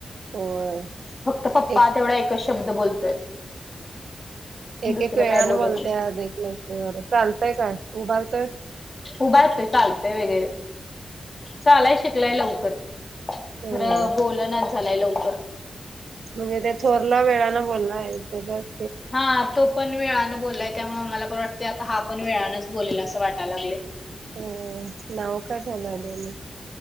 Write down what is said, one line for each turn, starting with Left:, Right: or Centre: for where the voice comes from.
Right: होय
Left: फक्त पप्पा
Right: एक
Left: तेवढा एकच शब्द बोलतोय.
Right: एक
Left: दुसरं
Right: एक वेळान
Left: काय बोलत
Right: बोलत्यात,
Left: नाही
Right: एक लवकर चालतय काय? उभार तर
Left: उभा <unintelligible> चालतय वगैरे, चालाय शिकलाय लवकर
Right: हम्म
Left: खरं बोलनाच झालाय लवकर
Right: म्हणजे ते थोरला वेळानं बोललाय तेज्याच
Left: हा तो पण वेळानं बोल्लाय त्यामुळ मला पर वाटते आता हा पण वेळानच बोलेल असं वाटा लागलय.
Right: हो, नाव काय ठेवलाय दोनी?